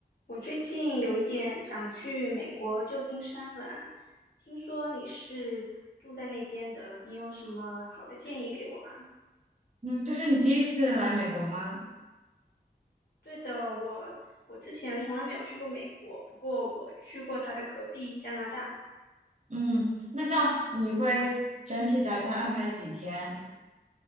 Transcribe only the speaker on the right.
嗯，这是你第一次来美国吗？
嗯，那像你会整体打算安排几天？